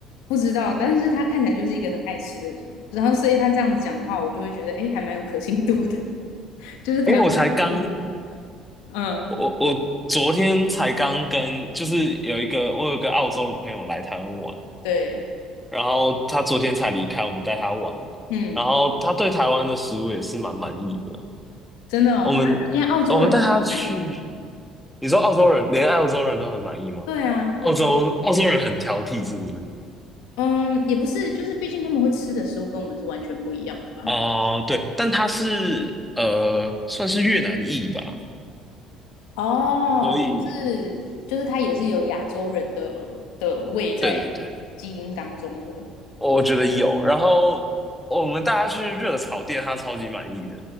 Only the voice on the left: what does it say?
不知道，但是他看起来就是一个很爱吃的人，然后所以他这样子讲的话，我就会觉得哎，还蛮有可信度的，<laughs> 就是台湾的食物
嗯，
对。
嗯，
真的哦，
连澳洲人都很满意。
对啊，
好酷。嗯，也不是，就是毕竟他们会吃的食物跟我们是完全不一样的吧？
哦，
不是，就是它也是有亚洲人的的胃在
基因当中的